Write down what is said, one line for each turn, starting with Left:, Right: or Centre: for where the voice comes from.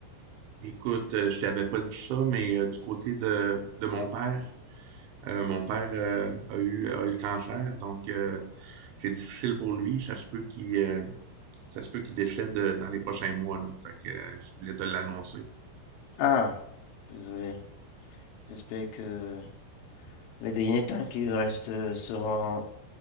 Right: Écoute, euh, je t'avais pas dit ça, mais euh, du côté de, de mon père, euh, mon père euh, a eu, a eu le cancer, donc euh, c'est difficile pour lui. Ça se peut qu'il euh, ça se peut qu'il décède euh, dans les prochains mois, là. Fait que euh, je voulais te l'annoncer.
Left: Ah, désolé. J'espère que les derniers temps qui restent seront